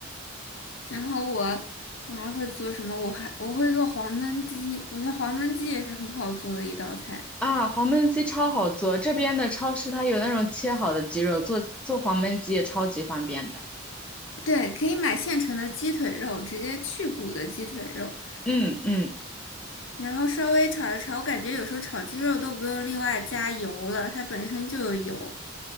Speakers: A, on the left; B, in the centre.
A: 然后我我还会做什么？我还我会做黄焖鸡，我觉得黄焖鸡也是很好做的一道菜。
B: 啊，黄焖鸡超好做，这边的超市它有那种切好的鸡肉，做做黄焖鸡也超级方便的。
A: 对，可以买现成的鸡腿肉，直接去骨的鸡腿肉。
B: 嗯嗯，
A: 然后稍微炒一炒，我感觉有时候炒鸡肉都不用另外加油了，它本身就有油，